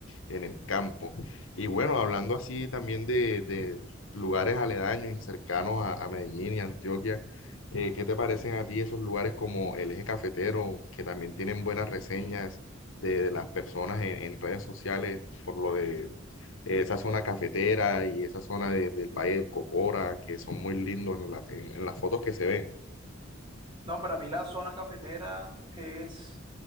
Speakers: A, on the left (about 85°); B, on the right (about 25°).
A: en el campo. Y bueno, hablando así también de, de lugares aledaños y cercanos a, a Medellín y Antioquia, eh, ¿qué te parecen a ti esos lugares como el Eje Cafetero, que también tienen buenas reseñas de, de las personas en, en redes sociales por lo de esa zona cafetera y esa zona de- del Valle del Cocora, que son muy lindos en la- en en las fotos que se ven?
B: No, para mí la zona cafetera es